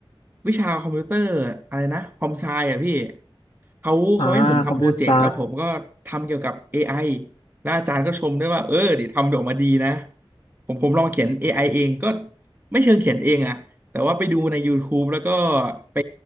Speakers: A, on the right (about 20°); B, on the left (about 75°).
A: วิชาคอมพิวเตอร์อะไรนะคอมไซอ่ะพี่เขาเขาให้ผมทำโปรเจกต์แล้วผมก็ทำเกี่ยวกับ
B: อ่าคอมพิวเตอร์ไซ
A: AI แล้วอาจารย์ก็ชมด้วยว่าเออเดี๋ยวทำออกมาดีนะผมผมลองเขียน AI เองก็ไม่เชิงเขียนเองอะแต่ว่าไปดูใน YouTube แล้วก็ไป